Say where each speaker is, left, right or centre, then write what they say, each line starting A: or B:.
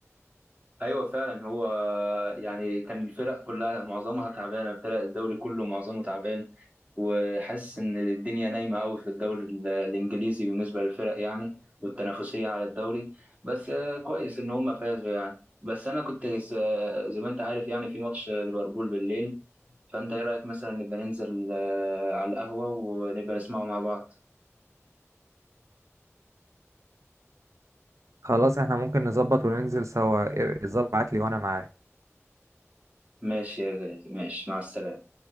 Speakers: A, on the right; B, on the right.
A: ايوه فعلا هو يعني كان الفرق كلها معظمها تعبانة فرق الدوري كله معظمه تعبان وحاسس ان الدنيا نايمة قوي في الدوري ال- الانجليزي بالنسبة للفرق يعني والتنافسية على الدوري بس آه، كويس ان هم فازوا يعني بس انا كنت س- آه، زي ما انت عارف يعني في ماتش ليفربول بالليل فأنت إيه رأيك مثلا نبقى ننزل آه، على القهوة ونبقى نسمعه مع بعض
B: خلاص احنا ممكن نظبط وننزل سوا إيه- ظبط لي وانا معاك
A: ماشي يا غالي ماشي مع السلامة